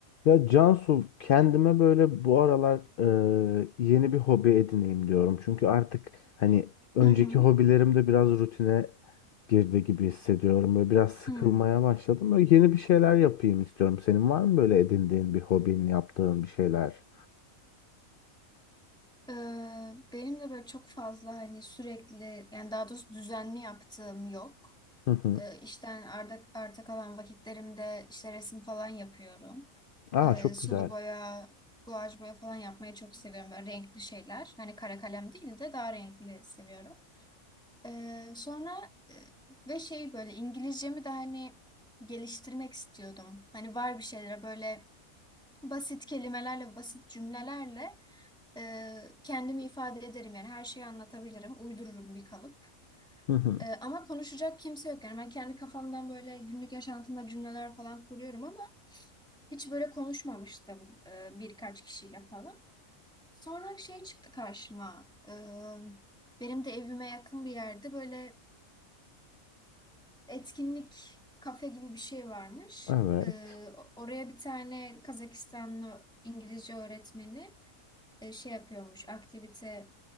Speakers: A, on the left (about 85°); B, in the centre.
A: Ya Cansu kendime böyle bu aralar e, yeni bir hobi edineyim diyorum. Çünkü artık hani önceki
B: Hı hı.
A: hobilerim de biraz rutine girdi gibi hissediyorum. Böyle biraz sıkılmaya
B: Hı.
A: başladım. Böyle yeni bir şeyler yapayım istiyorum. Senin var mı böyle edindiğin bir hobin, yaptığın bir şeyler?
B: Ee, benim de böyle çok fazla hani sürekli yani daha doğrusu düzenli yaptığım yok.
A: Hı hı.
B: Ee, işten arda, arta kalan vakitlerimde işte resim falan yapıyorum.
A: Aa
B: Ee,
A: çok
B: sulu
A: güzel.
B: boya, guaj boya falan yapmayı çok seviyorum. Böyle renkli şeyler. Hani kara kalem değil de daha renkli seviyorum. Ee, sonra e, ve şey böyle İngilizcemi de hani geliştirmek istiyordum. Hani var bir şeylere böyle basit kelimelerle, basit cümlelerle Ee, kendimi ifade ederim yani her şeyi anlatabilirim. Uydururum bir kalıp.
A: Hı hı.
B: Ee, ama konuşacak kimse yok. Yani ben kendi kafamdan böyle günlük yaşantımda cümleler falan kuruyorum ama hiç böyle konuşmamıştım e, birkaç kişiyle falan. Sonra şey çıktı karşıma. Ee, benim de evime yakın bir yerde böyle etkinlik kafe gibi bir şey varmış.
A: Evet.
B: Ee, o- oraya bir tane Kazakistanlı İngilizce öğretmeni e, şey yapıyormuş, aktivite